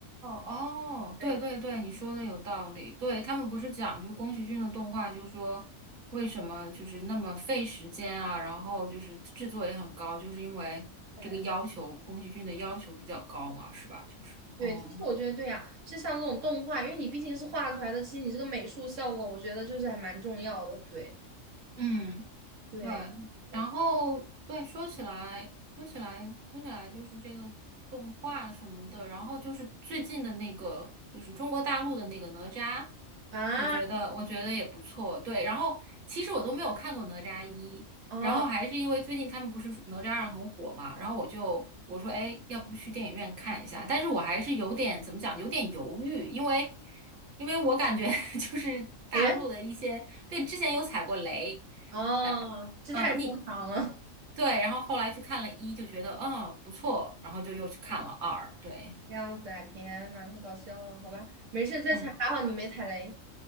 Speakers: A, on the right; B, on the right.
A: 哦，
B: 对。
A: 对对对，你说的有道理。对，他们不是讲，就是宫崎骏的动画，就说为什么就是那么费时间啊，然后就是制作也很高，就是因为这个要求，
B: 对
A: 宫崎骏的要求比较高嘛，是吧？就是，
B: 对，
A: 嗯
B: 其实我觉得对呀、其实像这种动画，因为你毕竟是画出来的，其实你这个美术效果，我觉得就是还蛮重要的。对
A: 嗯。
B: 对，
A: 对，
B: 呃
A: 然后对，说起来，说起来，说起来，就是这个动画什么的，然后就是最近的那个，就是中国大陆的那个哪吒，
B: 啊
A: 我觉得，我觉得也不错。对，然后其实我都没有看过哪吒一，
B: 哦，
A: 然后还是因为最近他们不是哪吒二很火嘛，然后我就我说，哎，要不去电影院看一下？但是我还是有点怎么讲，有点犹豫，因为因为我感觉 <laughs> 就是大陆的一些，
B: 感觉
A: 对，之前有踩过雷。
B: 哦，
A: 对，
B: 这太正常了，
A: 嗯，你对，然后后来去看了一，就觉得嗯不错，然后就又去看了二，对，
B: 这样子啊，天呐，太搞笑了，好吧，没事，这还还好你没踩雷。
A: 嗯，